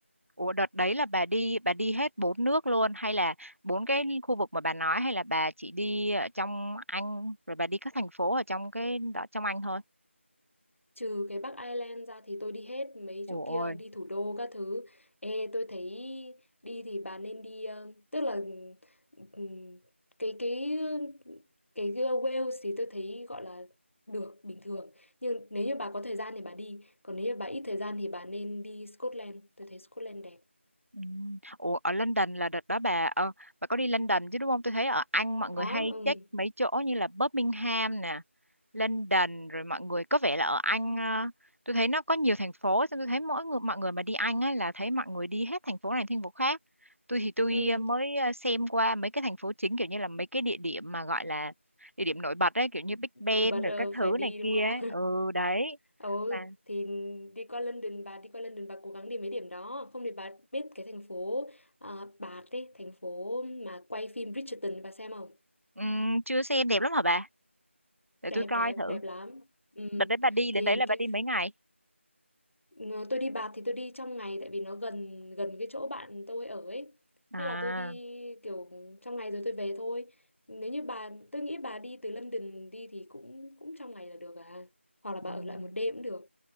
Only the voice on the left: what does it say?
Trừ cái Bắc Ireland ra thì tôi đi hết mấy
chỗ kia đi thủ đô các thứ. Ê tôi thấy đi thì bà nên đi ờ, tức là ừm, cái cái cái Wales thì tôi thấy gọi là được bình thường. Nhưng nếu như bà có thời gian thì bà đi, còn nếu như bà ít thời gian thì bà nên đi Scotland. Tôi thấy Scotland đẹp.
Có,
ừ.
Ừ,
nổi bật
ờ,
phải đi
đúng
không?
Ừ
thì đi qua London bà đi qua London bà cố gắng đi mấy điểm đó không thì bà biết cái thành phố à, Bath ấy thành phố mà quay phim Bridgerton bà xem không
đẹp
đẹp
đẹp lắm ừ.
thì
cái
ờ, tôi đi Bath thì tôi đi trong ngày tại vì nó gần gần cái chỗ bạn tôi ở ấy
thế là tôi đi kiểu trong ngày rồi tôi về thôi nếu như bà tôi nghĩ bà đi từ London đi thì cũng cũng trong ngày là được à hoặc là bà
ở lại một đêm cũng được